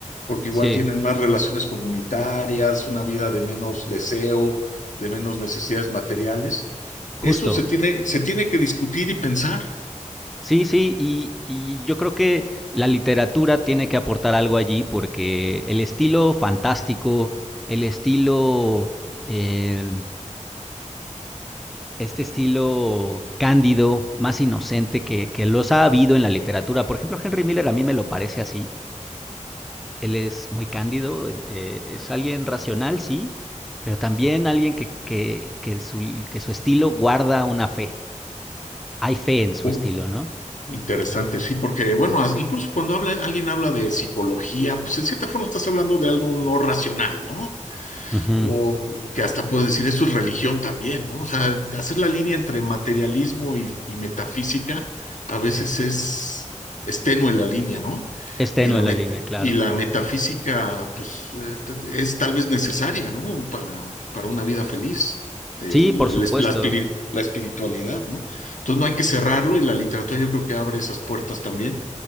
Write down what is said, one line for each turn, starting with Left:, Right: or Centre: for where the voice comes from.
Left: Porque
Centre: Sí,
Left: igual tienen más relaciones comunitarias, una vida de menos deseo, de menos necesidades materiales.
Centre: justo.
Left: Eso se tiene, se tiene que discutir y pensar.
Centre: Sí, sí, y, y yo creo que la literatura tiene que aportar algo allí porque el estilo fantástico, el estilo, em, este estilo cándido, más inocente que, que los ha habido en la literatura. Por ejemplo, Henry Miller a mí me lo parece así. Él es muy cándido, en- eh, es alguien racional, sí, pero también alguien que, que, que su, que su estilo guarda una fe. Hay fe en su
Left: O-
Centre: estilo, ¿no?
Left: Interesante, sí, porque bueno, as- incluso cuando habla, alguien habla de psicología, pues en cierta forma estás hablando de algo no racional, ¿no?
Centre: Ujú.
Left: o que hasta puedes decir eso es religión también, ¿no? O sea, hacer la línea entre materialismo y, y metafísica a veces es, es tenue la línea, ¿no?
Centre: Es tenue
Left: Y la, met-
Centre: la línea, claro.
Left: y la metafísica, pues, eh, t- es tal vez necesaria, ¿no? Para, para una vida feliz, el-
Centre: Sí, por supuesto.
Left: el esp- la, espiri- la espiritualidad, ¿no? Entonces no hay que cerrarlo y la literatura yo creo que abre esas puertas también